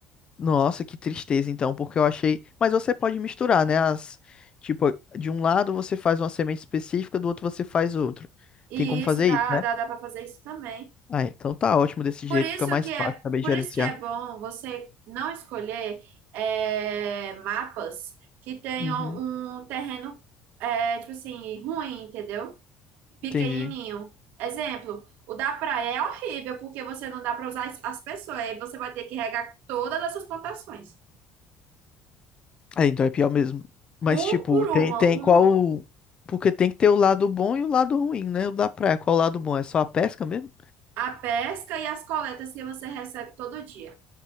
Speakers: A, on the left (about 30°); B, on the right (about 70°).
A: Nossa, que tristeza, então, porque eu achei. Mas você pode misturar, né? As... Tipo, de um lado você faz uma semente específica, do outro você faz outro.
B: E
A: Tem como fazer
B: isso dá,
A: isso, né?
B: dá, dá para fazer isso também.
A: Ah, então tá ótimo desse
B: Por
A: jeito,
B: isso
A: fica mais
B: que
A: fácil
B: é,
A: saber
B: por
A: gerenciar.
B: isso que é bom você não escolher é, mapas que tenham
A: Uhum,
B: um terreno, é, tipo assim, ruim, entendeu? Pequenininho.
A: entendi.
B: Exemplo, o da praia é horrível porque você não dá para usar as as pessoas, aí você vai ter que regar todas essas plantações,
A: É, então é pior mesmo. Mas,
B: um
A: tipo,
B: por uma,
A: tem, tem
B: uma
A: qual. Porque tem que ter o lado bom e o lado ruim, né? O da praia, qual o lado bom? É só a pesca mesmo?
B: a pesca e as coletas que você recebe todo dia.